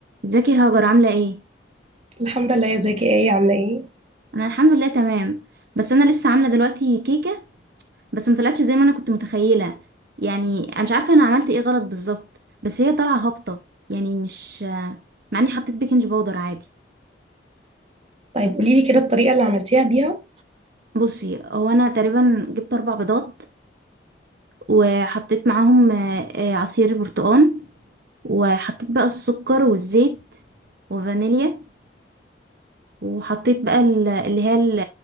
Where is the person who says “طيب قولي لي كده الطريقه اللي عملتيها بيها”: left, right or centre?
Right